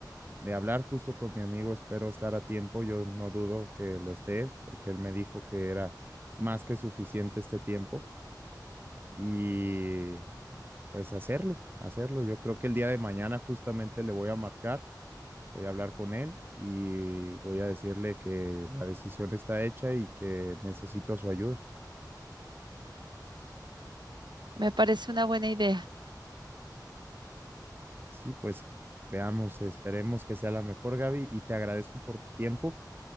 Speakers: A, on the right (about 30°); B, on the right (about 85°).
A: de hablar justo con mi amigo. Espero estar a tiempo. Yo no dudo que lo esté, porque él me dijo que era más que suficiente este tiempo. Y pues hacerlo, hacerlo. Yo creo que el día de mañana justamente le voy a marcar, voy a hablar con él y voy a decirle que la decisión está hecha y que necesito su ayuda.
B: Me parece una buena idea.
A: Sí, pues veamos, esperemos que sea la mejor, Gaby, y te agradezco por tu tiempo.